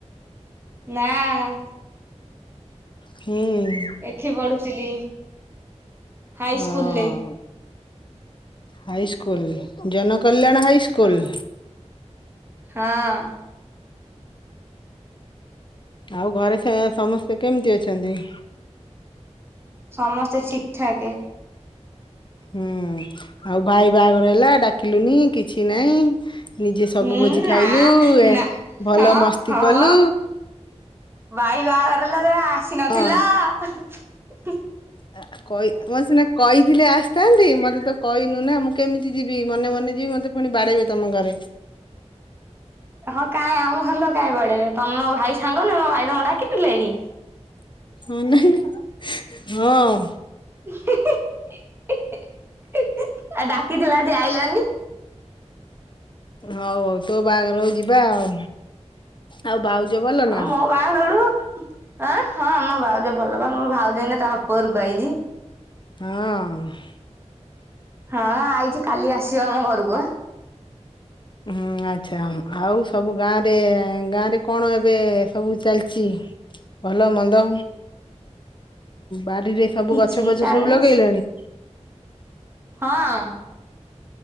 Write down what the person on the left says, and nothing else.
ହୁଁ।
ହଁ
ହାଇସ୍କୁଲ ରେ ଜନ କଲ୍ୟାଣ ହାଇସ୍କୁଲ?
ଆଉ ଘରେ ସେ ସମସ୍ତେ କେମିତି ଅଛନ୍ତି।
ହୁଁ ଆଉ ଭାଇ ବାହାଘର ହେଲା ଡାକିଲୁନି କିଛି ନାଇଁ ନିଜେ ସବୁ
ଭୋଜି ଖାଇଲୁ
ଏ
ଭଲ
ମସ୍ତି
କଲୁ।
ହଁ
ଆ କଇ ମୁଁ ସିନା କହିଥିଲେ ଆସିଥାନ୍ତି ମତେ ତ କହିନୁ ନା ମୁଁ କେମିତି ଯିବି ମନେ ମନେ ଯିବି ମତେ ପୁଣି ବାଡ଼େଇ ବେ ତମ ଘରେ।
ଅନାନି ହଁ।
ହଉ ହଉ ତୋ ବାହାଘର ହୋଉ ଯିବା ଆଉ। ଆଉ ଭାଉଜ ଭଲ
ନା?
ହଁ।
ହୁଁ ଆଚ୍ଛା ଆଉ ସବୁ ଗାଁରେ ଗାଁ ରେ କଣ ଏବେ ସବୁ ଚାଲିଚି। ଭଲ ମନ୍ଦ ବାଡ଼ିରେ ସବୁ
ଗଛ ଫଛ
ସବୁ ଲଗେଇଲଣି?